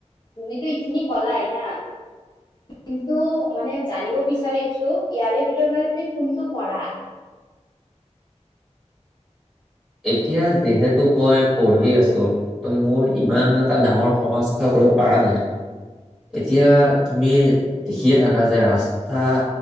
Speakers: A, on the left; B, in the centre.
A: তুমিতো এইখিনি কলাই হা কিন্তু মানে জানিব বিচাৰিছো ইয়াৰে ভিতৰত মানে তুমি কোনটো কৰা।
B: এতিয়া যিহেতু মই পঢ়ি আছো ত মোৰ ইমান এটা ডাঙৰ সমাজ সেৱা কৰিব পৰা নাই এতিয়া তুমি দেখিয়ে থাকা যে ৰাস্তা